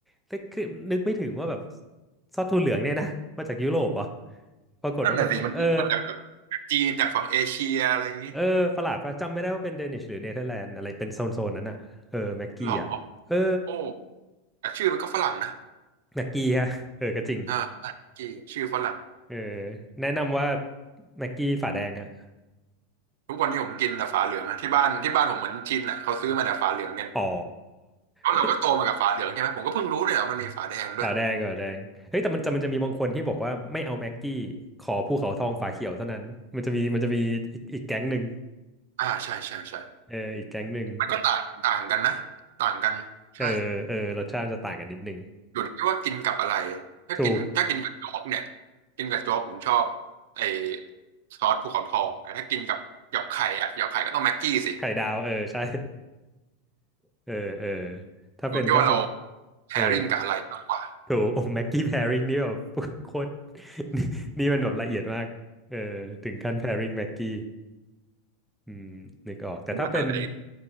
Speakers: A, in the centre; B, on the right.
A: แต่คือนึกไม่ถึงว่าแบบซอสถั่วเหลืองเนี่ยนะมาจากยุโรปเหรอ่ะปรากฏว่ามันมาเออ
B: นั่นน่ะสิมันมาจากแบบจีนจากฝั่งเอเชียอะไรอย่างนี้
A: เออประหลาดป่ะจำไม่ได้ว่าเป็นเดนิชหรือเนเธอร์แลนด์อะไรเป็นโซนโซนนั้นอะเออแม็กกี้อะเออ
B: หรอโอ้แต่ชื่อมันก็ฝรั่งนะ
A: แม็กกี้ฮะเออก็จริง
B: อ่าจีชื่อฝรั่ง
A: เออแนะนำว่าแม็กกี้ฝาแดงฮะ
B: ทุกวันนี้ผมกินแต่ฝาเหลืองอะที่บ้านที่บ้านผมเหมือนชินอ่ะเขาซื้อมาแต่ฝาเหลืองกัน
A: อ๋อ
B: เพราะเราก็โตมากับฝาเหลืองใช่ไหมผมก็เพิ่งรู้เลยว่ามันมีฝาแดงด้วย
A: เฮ้ยฝาแดงฝาแดงเฮ้ยแต่มันจะมันจะมีบางคนที่บอกว่าไม่เอาแม็กกี้ขอภูเขาทองฝาเขียวเท่านั้นมันจะมีมันจะมีอีกอีกแก๊งหนึ่ง
B: อ่าใช่ใช่ใช่
A: เอออีกแก๊งหนึ่ง
B: มันก็ต่างต่างกันนะ ต่างกันใช่
A: เออเออรสชาติมันจะต่างกันนิดนึง
B: อยู่ที่ว่ากินกับอะไรถ้ากินถ้ากินกับโจ๊กเนี่ย
A: ถูก
B: กินกับโจ๊กผมชอบไอ้ซอสภูเขาทองแต่ถ้ากินกับหยอกไข่อะหยอกไข่ก็ต้องแม็กกี้สิ
A: ไข่ดาวเออใช่เออเออถ้าเป็นถ้าเป็น
B: อยู่ที่ว่าเราแพ
A: เออ
B: i ริ n งกับอะไรมากกว่า
A: ถูกโอ้แม็กกี้แพริงนี่แบบ <laughs> โคตรนี่นี่มันแบบละเอียดมากเออถึงขั้นแพริงแม็กกี้ อืมนึกออกแต่ถ้าเป็น
B: พูดว่าอะไร